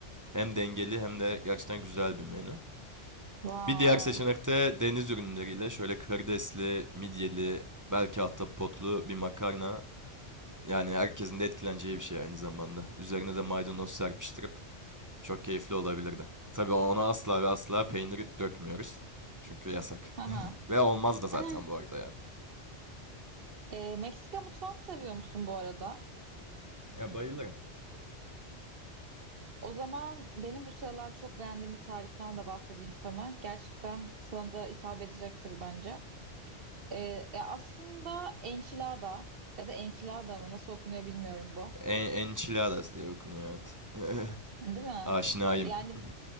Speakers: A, on the right; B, on the right.
A: Hem dengeli hem de gerçekten güzel bir menü.
B: Vay.
A: Bir diğer seçenek de deniz ürünleriyle şöyle karidesli, midyeli, belki hatta potlu bir makarna Yani herkesin de etkileneceği bir şey aynı zamanda. Üzerine de maydanoz serpiştirip çok keyifli olabilirdi. Tabii ona asla ve asla peyniri dökmüyoruz. Çünkü yasak.
B: Haha.
A: <laughs> Ve olmaz da zaten
B: Eh,
A: bu arada yani.
B: e, Meksika mutfağını seviyor musun bu arada?
A: Ya bayılırım.
B: O zaman benim bu sıralar çok beğendiğim bir tariften de bahsedeyim sana. Gerçekten sana da hitap edecektir bence. E, e, aslında enchilada ya da enchilada mı nasıl okunuyor bilmiyorum bu.
A: En, enchiladas diye okunuyor evet. <laughs>
B: Değil mi?
A: Aşinayım.
B: Yani
A: <laughs>